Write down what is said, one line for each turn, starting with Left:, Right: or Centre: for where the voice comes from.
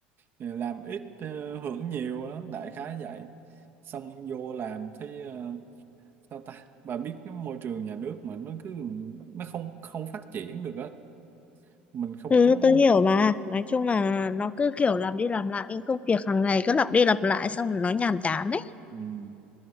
Right: ờ, làm ít ờ, hưởng nhiều đó đại khái vậy xong vô làm thấy ờ, sao ta bà biết cái môi trường nhà nước mà nó cứ nó không không phát triển được á mình không
Left: Ừ,
Right: có
Left: tôi hiểu mà. Nói chung là nó cứ kiểu làm đi làm lại những công việc hàng ngày cứ lặp đi lặp lại xong rồi nó nhàm chán đấy.
Right: ừ,